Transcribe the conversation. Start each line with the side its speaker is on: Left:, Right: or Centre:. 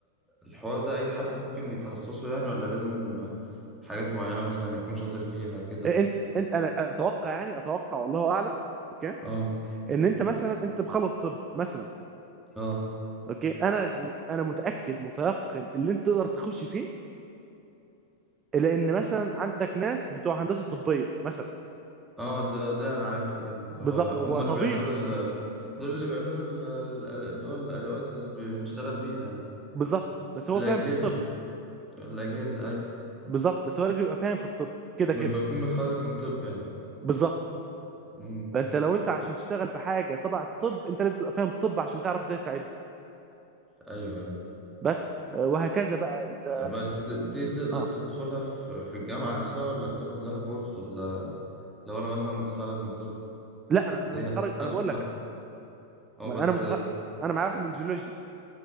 Centre: الحوار ده أي حد ممكن يتخصصه يعني ولا لازم حاجات معينة مثلا يكون شاطر فيها كده؟
Right: انت انت انا اتوقع يعني اتوقع والله اعلم اوكي
Centre: اه
Right: ان انت مثلا انت بخلص طب مثلا
Centre: اه
Right: اوكي انا انا متاكد متيقن اللي انت تقدر تخش فيه لان مثلا عندك ناس بتوع هندسه طبيه مثلا
Centre: اه ده ده أنا عارفها دي اللي
Right: بالظبط
Centre: هو
Right: هو
Centre: هما
Right: طبيب
Centre: اللي بيعملوا ال دول اللي بيعملوا ال- ال- اللي هو الأدوات اللي بنشتغل بيها يعني.
Right: بالظبط بس هو
Centre: الأجهزة
Right: فاهم في الطب
Centre: الأجهزة أيوة
Right: بالظبط بس هو لازم يبقى فاهم في الطب كده كده
Centre: بيبقى يكون متخرج من طب يعني
Right: بالظبط
Centre: مم.
Right: فانت لو انت عشان تشتغل في حاجه تبع الطب انت لازم تبقى فاهم الطب عشان تعرف ازاي تساعدهم
Centre: أيوة أيوة
Right: بس آه، وهكذا بقى انت
Centre: بس دي دي تقدر
Right: اه
Centre: تدخلها في في الجامعة نفسها ولا بتاخد لها كورس ولا لو أنا مثلا متخرج من طب
Right: لا انا انا
Centre: ليها
Right: متخرج
Centre: أدخل
Right: انا بقول
Centre: فيها
Right: لك
Centre: هو
Right: انا
Centre: بس
Right: انا متخرج انا معايا واحد من جيولوجيا